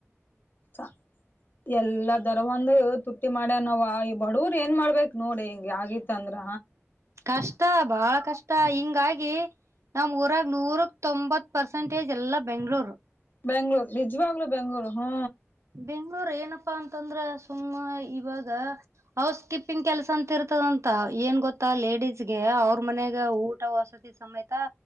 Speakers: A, on the left; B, on the right.
A: ಸಾ ಎಲ್ಲಾ ದರ ಒಂದು ತುಟ್ಟಿ ಮಾಡ್ಯ ನವು ಬಡವರ್ ಏನ್ ಮಾಡ್ಬೇಕ್ ನೋಡಿ ಹಿಂಗ ಆಗಿ ತಂದ್ರ
B: ಕಷ್ಟ ಬಾಳ ಕಷ್ಟ ಹಿಂಗಾಗಿ ನಮ್ ಊರಾಗ ನೂರಕ್ ತೊಂಬತ್ ಪರ್ಸೆಂಟೇಜ್ ಎಲ್ಲಾ ಬೆಂಗ್ಗಳೂರ
A: ಬೆಂಗ್ಳೂರು ನಿಜವಾಗ್ಲ ಬೆಂಗ್ೂರು ಹ್ಮ
B: ಬೆಂಗ್ಳೂರ್ ಏನಪ್ಪಾ ಅಂತಂದ್ರ ಸುಮ್ಮ ಇವಾಗ ಹೌಸ್ಕಿಪ್ಪಿಂಗ್ ಕೆಲಸ ಅಂತ ಇರ್ತದಂತ ಏನ್ ಗೊತ್ತಾ ಲೇಡಿಸಸ್ ಗೆ ಅವ್ರ ಮನಾಗ ಊಟ ವಸದ ಸಮೇತ